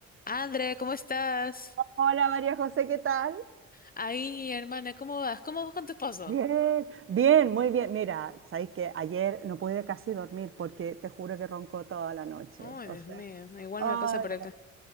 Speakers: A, on the left; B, on the right.
A: André, ¿cómo estás?
B: Hola María José, ¿qué tal?
A: ahí, hermana, ¿cómo vas? ¿Cómo vas con tu esposo?
B: Bien, bien, muy bien. Mira, sabéis que ayer no pude casi dormir porque te juro que roncó toda la noche.
A: Ay,
B: O
A: Dios
B: sea,
A: mío, igual
B: Ay.
A: me pasa por acá.